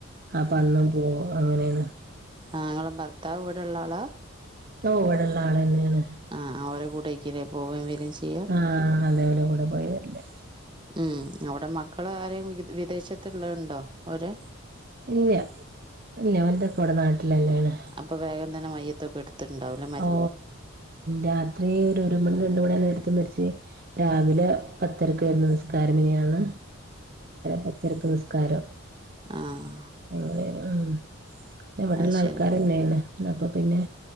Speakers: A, on the right; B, on the right.
A: ആ അപ്പ അന്നും ഓ അങ്ങനെയാണ്
B: ആ ആളെ ഭർത്താവ് ഇവിടെ ഉള്ള ആളാ
A: ഓ വടെല്ല ആള തന്നെയാണ്
B: ആ അവരെ കൂടെക്ക പോകയും വരയും ചെയ്യാം
A: ആഹ അല്ലവല കൂടെ പോയിവരല്ലേ
B: ഉം അവിടെ മക്കള് ആരും വിദേശത്തുള്ളണ്ടോ ഒര്
A: ഇല്ല ഇല്ലഓല്തൊക്കെ ഇവിടെ നാട്ടിലന്നെയാണ്
B: അപ്പൊ വേഗം തന്നെ മയ്യത്തൊക്കെ എടുത്ത് ണ്ടാവില്ല
A: ഓ രാത്രി ഒരു ഒരു മണി രണ്ട മണിയ നേരത്ത് മരിച്ച് രാവിലെ പത്തരക്കായിര്ന് നിസ്കാരം മെനയാണ് പത്തരക്ക് നിസ്കാരം
B: ആഹ
A: അങ്ങന ഇവിടെള്ള
B: അത് ശരി
A: ആൾക്കാർന്നെയാണ് അപ്പൊ പിന്നെ